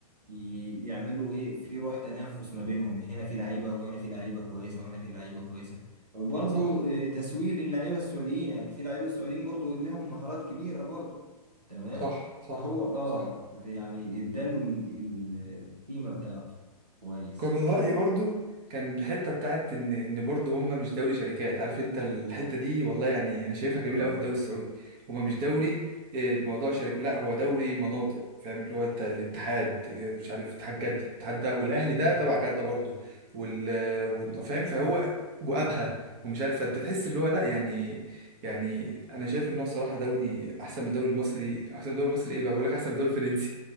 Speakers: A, on the right; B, on the right.
A: ي- يعملوا ايه في روح تنافس ما بينهم هنا في لعيبه وهنا في لعيبه كويسه وهنا في لعيبه كويسه وبرضه
B: صح
A: آه، تسويق للعيبه السعوديين يعني في لعيبه السعوديين برضه لهم مهارات كبيره برضه تمام
B: صح صح
A: فهو اه
B: صح
A: يعني اداله ال- ال- القيمه بتاعته كويس
B: كان من رأيي برضو كان الحتة بتاعت إن إن برضو هما مش دوري شركات عارف أنت الحتة دي والله يعني أنا شايفها جميلة
A: اه
B: أوي في الدوري السعودي هما مش دوري آه، الموضوع شركة لا هو دوري مناطق فاهم اللي هو أنت الاتحاد آه، مش عارف اتحاد جدة اتحاد ده والأهلي ده
A: مم.
B: تبع جدة برضو وال آه، وال- فاهم فهو وأبها
A: مم.
B: ومش عارف فأنت تحس اللي هو لا يعني يعني أنا شايف إن هو صراحة دوري أحسن من الدوري المصري أحسن من الدوري المصري إيه بقى بقول لك أحسن من الدوري الفرنسي